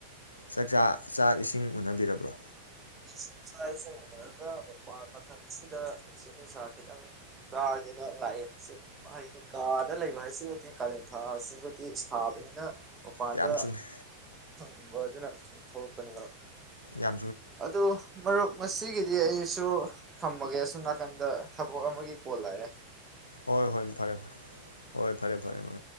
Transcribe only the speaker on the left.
ꯆꯥꯛꯆꯥ ꯆꯥꯛ ꯏꯁꯤꯡ ꯎꯅꯕꯤꯔꯕ꯭ꯔꯣ
ꯌꯥꯝ ꯆꯨꯝꯃꯤ
ꯌꯥ
ꯍꯣꯏ ꯍꯣꯏ ꯐꯔꯦ ꯐꯔꯦ ꯍꯣꯏ ꯐꯔꯦ ꯐꯔꯦ ꯃ